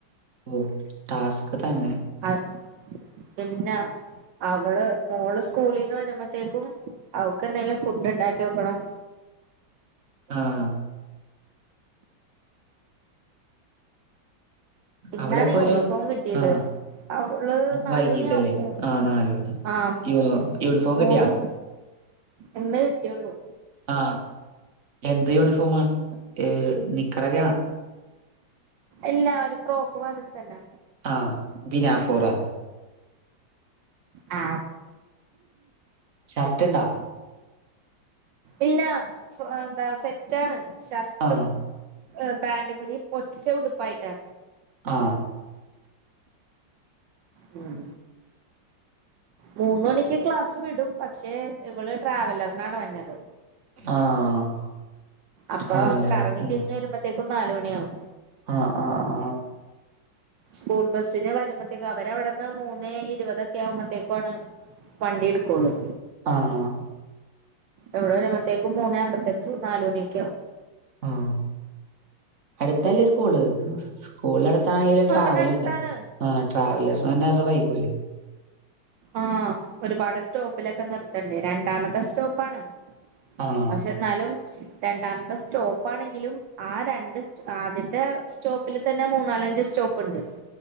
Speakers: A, on the right; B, on the right.
A: ഓ ടാസ്ക് തന്നെ
B: അ പിന്നെ അവള് മോള് സ്കൂളീന്ന് വരുമ്പത്തേക്കും അവക്ക് എന്തേലും ഫുഡ് ഇണ്ടാക്കി വെക്കണം
A: ആഹ്
B: ഇന്നാണ്
A: അവളെപ്പോ
B: യൂണിഫോം
A: വരും
B: കിട്ട്യേത്
A: ആഹ്
B: അവള് നാല്
A: വൈകീട്ടല്ലേ
B: മണിയാവും
A: ആഹ്
B: മ
A: നാല് മണി
B: ആ
A: യൂ യൂണിഫോം
B: മൂന്നും
A: കിട്ടിയാ
B: എന്ന് കിട്ട്യുള്ളൂ
A: ആ എന്ത് യൂണിഫോമാ ഏ നിക്കറെക്കാ
B: ഇല്ല ഒര് ഫ്രോക്ക് മാതിരിതന്നെ
A: ആഹ് ബിനാഫോറ
B: ആ
A: ഷർട്ട്ണ്ടാ
B: ഇല്ല ഫു എന്താ സെറ്റാണ് ഷർട്ടും
A: ആഹ്
B: പാൻറ് കൂടി ഒറ്റ ഉടുപ്പായിട്ടാണ്
A: ആഹ്
B: ഉം മൂന്ന മണിക്ക് ക്ലാസ്സ് വിടും, പക്ഷേ ഇവള് ട്രാവലറിനാണ് വന്നത്.
A: ആഹ്
B: അപ്പോ
A: ട്രാവലർ
B: കറങ്ങി
A: ഉം
B: തിരിഞ്ഞ് വരുമ്പത്തേക്കും നാല് മണിയാവും.
A: ആഹ് ആഹ് ആഹ്
B: സ്കൂൾ ബസിന് വരുമ്പത്തേക്കും അവര അവിടുന്ന് മൂന്നെ ഇരുപതൊക്കെ ആവുമ്പത്തേക്കും ആണ് വണ്ടി എടുക്കോള്ളൂ.
A: ആഹ്
B: ഇവിടെ വരുമ്പോത്തേക്കും മൂന്ന അമ്പത്തഞ്ച് നാൽ മണിയക്കെ ആവും
A: ആഹ് അടുത്തല്ലേ സ്കൂള് സ്കൂൾ ടു <unintelligible> ട്രാവൽണ്ട്
B: അവിടെ അടുത്താണ്
A: ആഹ് ട്രാവലർ <unintelligible> വൈബുൽ
B: ആഹ് ഒരുപാട് സ്റ്റോപ്പിലൊക്കെ നിർത്തണ്ടേ രണ്ടാമത്തെ സ്റ്റോപ്പാണ്.
A: ആഹ്
B: പക്ഷെ ന്നാലും രണ്ടാമത്തെ സ്റ്റോപ്പാണെങ്കിലും ആ രണ്ട് ആദ്യത്തെ സ്റ്റോപ്പിൽ തന്നെ മൂന്നാലും അഞ്ച് സ്റ്റോപ്പ് ഇണ്ട്.